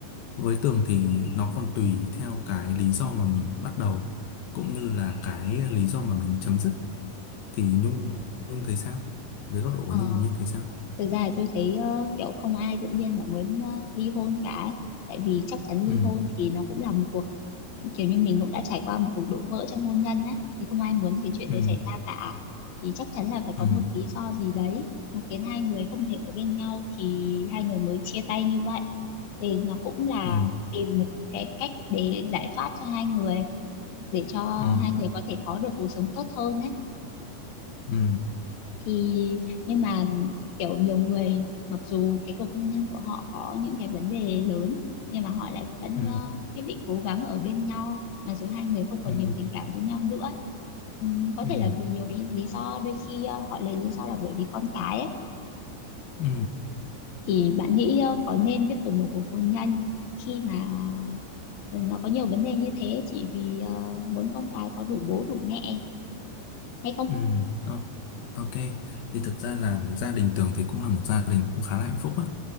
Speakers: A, on the left; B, on the left.
A: với Tường thì nó còn tùy theo cái lý do mà mình bắt đầu cũng như là cái lý do mà mình chấm dứt thì Nhung Nhung thấy sao dưới góc độ
B: Ờ.
A: của Nhung Nhung thấy sao
B: Thực ra là tôi thấy ờ, kiểu không ai tự nhiên mà muốn ờ, ly hôn cả tại vì chắc chắn ly
A: ừ
B: hôn thì nó cũng là một cuộc kiểu như mình cũng đã trải qua một cuộc đổ vỡ trong hôn nhân á thì không ai muốn cái chuyện
A: ừ
B: đấy xảy ra cả thì chắc chắn là phải có
A: ừ
B: một lý do gì đấy mà khiến hai người không thể ở bên nhau thì hai người mới chia tay như vậy thì nó cũng là
A: ừ
B: tìm một cái cách để giải thoát cho hai người để cho
A: ừ
B: hai người có thể có được cuộc sống tốt hơn ấy
A: ừ
B: thì nhưng mà kiểu nhiều người mặc dù cái cuộc hôn nhân của họ có những cái vấn đề lớn nhưng mà họ lại vẫn
A: ừ
B: ờ, quyết định cố gắng ở bên nhau mặc dù hai người không còn
A: ừ
B: nhiều tình cảm với nhau nữa Ừm, có
A: Ừ,
B: thể là vì nhiều lý, lý do đôi khi ờ, họ lấy lý do là bởi vì con cái ấy.
A: ừ,
B: thì bạn nghĩ ờ, có nên tiếp tục một cuộc hôn nhân khi mà ờ, nó có nhiều vấn đề như thế chỉ vì ờ, muốn con cái có đủ bố đủ mẹ hay không
A: ừ, o- ok. Thì thực ra là gia đình Tường thì cũng là một gia đình cũng khá là hạnh phúc á.